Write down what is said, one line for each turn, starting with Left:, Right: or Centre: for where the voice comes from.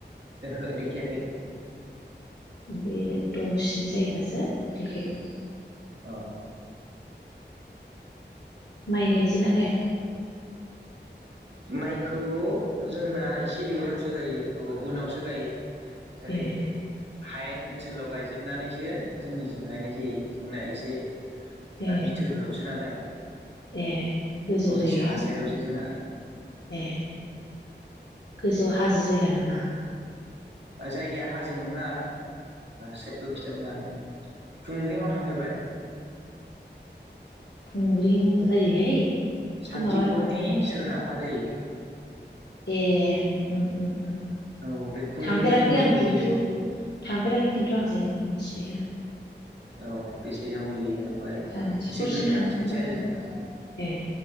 Right: ओहो देखियाखै।
Left: बे दसेनि जायोबासो देखायगोन।
Right: अ
Left: माइ गायजन नागाया
Right: माइखौ। जोंना एसे ए लैदावसो गायो। औ उनावसो गायो। आरो।
Left: ए
Right: हायेन ओनसोलाव गायजोबनानैसो जोंनिजों गायनाय जायो जोंना एसे।
Left: ए
Right: दा बिथोरावसो नालाय।
Left: ए गोजौ
Right: ओरै
Left: जायगायाव
Right: साहा साइदआवसो जोंना।
Left: ए। गोजौआव हाजो जायगा नामा?
Right: जायगाया हाजो नङा। साइकेलखौ खिथानो आं। खुंग्रिंआव थांफेरबाय?
Left: खुंग्रिं ओरैहाय।
Right: सान्थिफुरनि
Left: बे माबा
Right: सोनाबाहा जायो।
Left: ए उम उम उम।
Right: औ बे खुंग्रिं
Left: थांफेराखै
Right: एरियाायावनो
Left: आं खिन्थु
Right: गोलैयो।
Left: थांफेराखै खिन्थु आं जायगाखौ मिथिबाय आरो।
Right: औ बेसाइ दं गोलैयो। ओमफ्राय
Left: सान्थिफुरसिम
Right: एसे गोदान
Left: थांखांबाय
Right: साइदसो आरो जोंना।
Left: ए